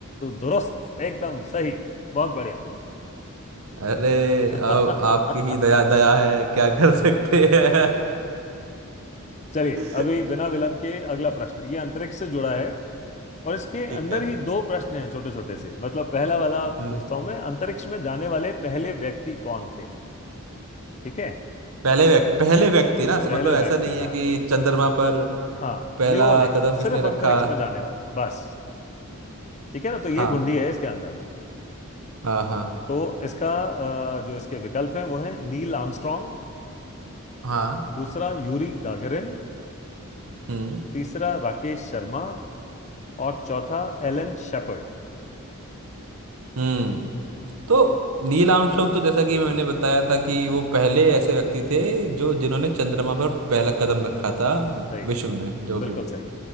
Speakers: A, on the left; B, on the right.
A: दुरुस्त एकदम सही बहुत बढ़िया
B: अरे
A: <laughs>
B: अब आपकी ही दया दया है क्या कर सकते हैं
A: चलिए
B: <laughs>
A: अभी बिना विलंब के अगला प्रश्न ये अंतरिक्ष से जुड़ा है और इसके
B: ठीक
A: अंदर
B: है
A: ही दो प्रश्न हैं छोटे छोटे से मतलब पहला वाला
B: हम्म
A: पूछता हूं मैं अंतरिक्ष में जाने वाले पहले व्यक्ति कौन थे ठीक है
B: पहले व्यक्ति पहले व्यक्ति ना
A: पहले
B: मतलब ऐसा
A: व्यक्ति
B: नहीं
A: हाँ
B: है कि चंद्रमा पर
A: हाँ
B: पहला
A: नहीं वो नहीं
B: कदम
A: सिर्फ
B: किसने रखा
A: अंतरिक्ष में जाने वाले बस ठीक है ना तो ये
B: हाँ
A: गुंडी है इसके अंदर
B: हाँ हाँ
A: तो इसका अ, जो इसके विकल्प हैं वो है नील आर्मस्ट्रांग
B: हाँ
A: दूसरा यूरी गागरिन
B: हम्म
A: तीसरा राकेश शर्मा और चौथा एलन शेपर्ड
B: हम्म तो नील आर्मस्ट्रांग तो जैसा कि मैंने बताया था कि वो पहले ऐसे व्यक्ति थे जो जिन्होंने चंद्रमा पर पहला कदम रखा था
A: सही
B: विश्व में जो भी
A: बिल्कुल सही